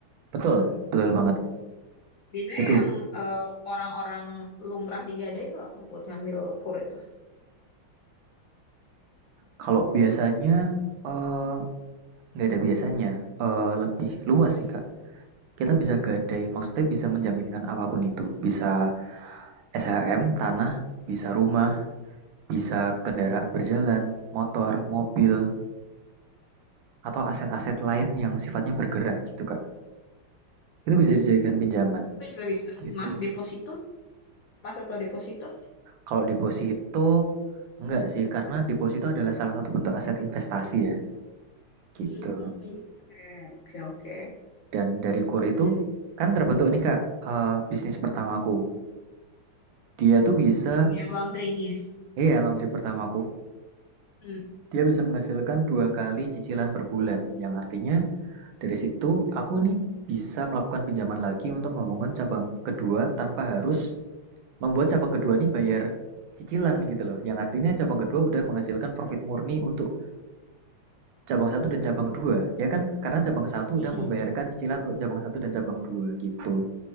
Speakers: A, on the right; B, on the left.
A: Betul, betul banget.
B: Biasanya
A: Itu
B: yang eh, orang-orang lumrah digadai itu apa buat ngambil kur itu?
A: kalau biasanya eh, nggak ada biasanya, eh, lebih luas sih, Kak. Kita bisa gadai, maksudnya bisa menjaminkan apapun itu. Bisa SHM, tanah, bisa rumah, bisa kendaraan berjalan, motor, mobil, atau aset-aset lain yang sifatnya bergerak gitu, Kak. Itu bisa dijadikan pinjaman
B: Itu juga bisa.
A: gitu.
B: Emas deposito, emas atau deposito?
A: Kalau deposito enggak sih, karena deposito adalah salah satu bentuk aset investasi ya, gitu.
B: Hmm. Oke, oke, oke.
A: Dan dari kur itu
B: Dari-
A: kan terbentuk nih Kak, eh, bisnis pertamaku. Dia tuh bisa,
B: Hmm, yang laundry ini ya.
A: iya laundry pertamaku,
B: Hmm.
A: dia bisa menghasilkan dua kali cicilan per bulan, yang artinya dari situ aku nih bisa melakukan pinjaman lagi untuk membangun cabang kedua tanpa harus membuat cabang kedua nih bayar cicilan gitu loh. Yang artinya cabang kedua udah menghasilkan profit murni untuk cabang satu dan cabang 2 ya kan? Karena cabang satu
B: Hmm.
A: udah membayarkan cicilan untuk cabang satu dan cabang dua gitu.